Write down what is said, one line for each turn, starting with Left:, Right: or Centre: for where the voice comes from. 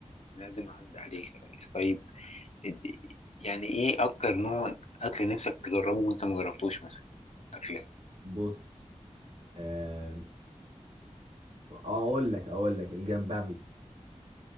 Left: لازم أعدي عليك يا ريس طيب إد- يعني إيه أكتر نوع أكل نفسك تجربه وأنت مجربتوش مثلا أكلة
Right: بص آم، أقول لك أقول لك الجمبري